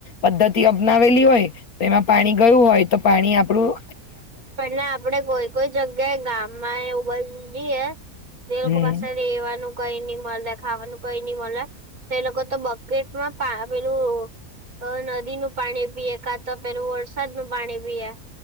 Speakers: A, on the left (about 75°); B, on the right (about 70°).
A: પદ્ધતિ અપનાવેલી હોય તો એમાં પાણી ગયું હોય તો પાણી આપડું
B: પણ ને આપડે કોઈ-કોઈ જગ્યાએ ગામમાં એવું બાજું જઈએ, જે લોકો
A: હમ
B: પાસે રહેેવાનું કંઈ નઈ મલે, ખાવાનું કંઈ નહીં મલે, તો એ લોકો તો બકેટમાં પા પેલું અહ નદી નું પાણી પીએ, કા તો પેલું વરસાદ નું પાણી પીએ.